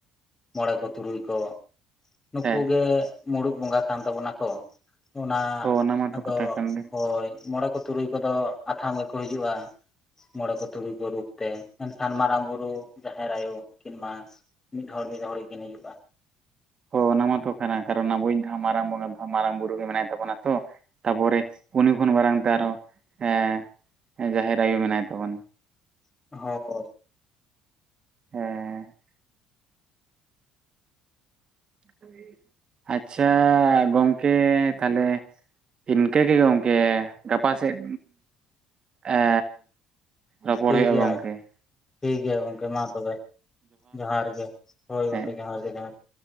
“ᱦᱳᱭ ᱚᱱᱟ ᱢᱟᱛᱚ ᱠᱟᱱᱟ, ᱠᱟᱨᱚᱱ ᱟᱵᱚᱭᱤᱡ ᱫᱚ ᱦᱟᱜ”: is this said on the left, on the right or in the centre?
Right